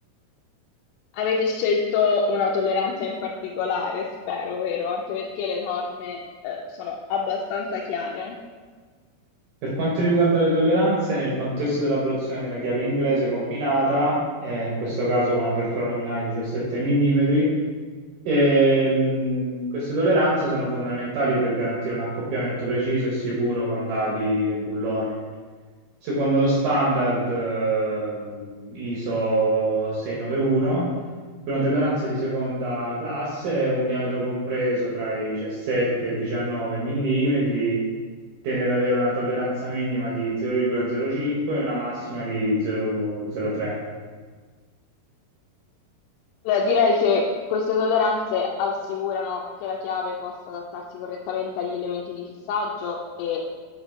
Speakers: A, on the left; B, on the right.
A: Avete scelto una tolleranza in particolare, spero, vero? Anche perché le norme, eh, sono abbastanza chiare.
B: Per quanto riguarda le tolleranze, nel contesto della produzione di una chiave inglese combinata, eh, in questo caso con apertura nominale di 17 mm, ehm, queste tolleranze sono fondamentali per garantire un accoppiamento preciso e sicuro con dadi e bulloni. Secondo lo standard, ehm, ISO 691, per una tolleranza di seconda classe, un diametro compreso tra i 17 e i 19 millimetri, tende ad avere una tolleranza minima di 0,05 e una massima di 0,03.
A: Allora, direi che queste tolleranze assicurano che la chiave possa adattarsi correttamente agli elementi di fissaggio e